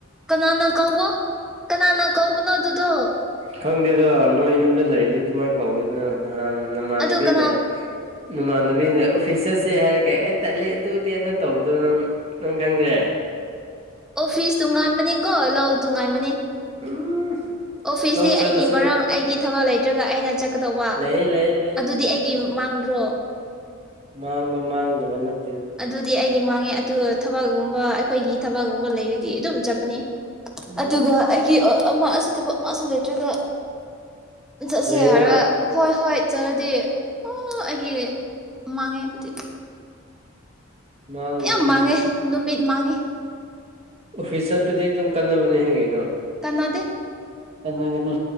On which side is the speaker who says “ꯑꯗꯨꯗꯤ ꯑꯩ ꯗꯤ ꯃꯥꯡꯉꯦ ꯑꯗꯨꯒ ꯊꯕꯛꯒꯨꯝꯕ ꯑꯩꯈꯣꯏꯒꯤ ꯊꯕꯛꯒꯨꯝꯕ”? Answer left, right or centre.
Centre